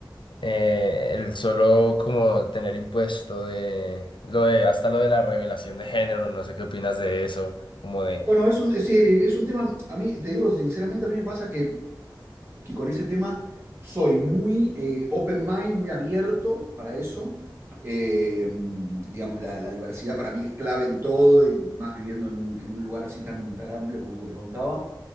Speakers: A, on the left; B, on the right.
A: eh, el solo como tener impuesto de lo de hasta lo de la revelación de género, no sé qué opinas de eso, como de
B: Bueno, es un, es, es un tema, a mí, te digo sinceramente, a mí me pasa que, que con ese tema soy muy eh, open mind, muy abierto para eso. Eh, digamos, la, la, diversidad para mí es clave en todo y más viviendo en un, en un lugar así tan, tan amplio como que te contaba.